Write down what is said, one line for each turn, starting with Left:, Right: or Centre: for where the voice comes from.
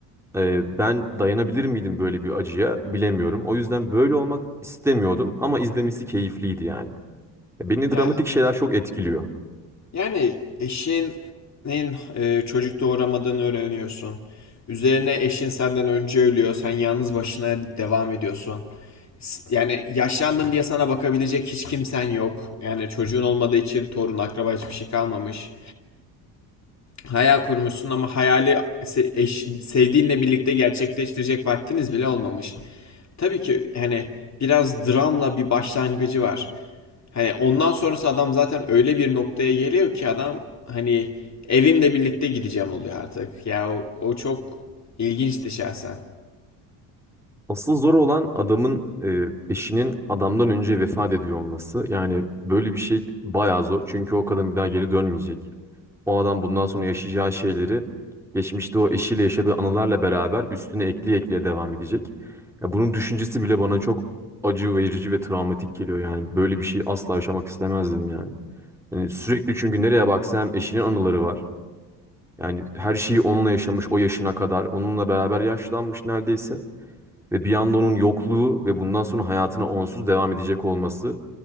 Centre: e, ben dayanabilir miydim böyle bir acıya bilemiyorum. O yüzden böyle olmak istemiyordum ama izlemesi keyifliydi yani. Beni
Left: Ya
Centre: dramatik şeyler çok etkiliyor.
Left: Yani eşinin e, çocuk doğuramadığını öğreniyorsun. Üzerine eşin senden önce ölüyor. Sen yalnız başına devam ediyorsun. S- Yani yaşlandın diye sana bakabilecek hiç kimsen yok. Yani çocuğun olmadığı için torun, akraba hiçbir şey kalmamış. Hayal kurmuşsun ama hayali se- eş- sevdiğinle birlikte gerçekleştirecek vaktiniz bile olmamış. Tabii ki hani biraz dramla bir başlangıcı var. Hani ondan sonrası adam zaten öyle bir noktaya geliyor ki adam hani evimle birlikte gideceğim oluyor artık. Ya o, o çok ilginçti şahsen.
Centre: Asıl zor olan adamın e, eşinin adamdan önce vefat ediyor olması. Yani böyle bir şey bayağı zor. Çünkü o kadın bir daha geri dönmeyecek. O adam bundan sonra yaşayacağı şeyleri geçmişte o eşiyle yaşadığı anılarla beraber üstüne ekleye ekleye devam edecek. Ya bunun düşüncesi bile bana çok acı verici ve travmatik geliyor yani. Böyle bir şey asla yaşamak istemezdim yani. Yani sürekli çünkü nereye baksa hem eşinin anıları var. Yani her şeyi onunla yaşamış o yaşına kadar. Onunla beraber yaşlanmış neredeyse. Ve bir anda onun yokluğu ve bundan sonra hayatına onsuz devam edecek olması